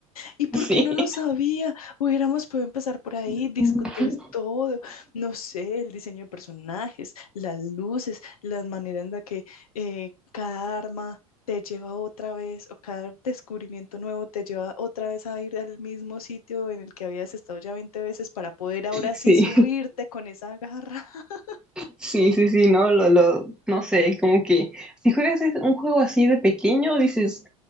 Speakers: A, on the left; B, in the centre.
A: ¿Y por
B: Sí.
A: qué no lo sabía? Hubiéramos podido empezar por ahí,
B: <laughs>
A: discutir todo, no sé, el diseño de personajes, las luces, las maneras en las que eh, cada arma te lleva otra vez o cada descubrimiento nuevo te lleva otra vez a ir al mismo sitio en el que habías estado ya 20 veces para poder ahora
B: Sí.
A: sí subirte con esa garra. <laughs>
B: Sí, sí, sí, no, lo, lo, no sé, como que si juegas es- un juego así de pequeño, dices,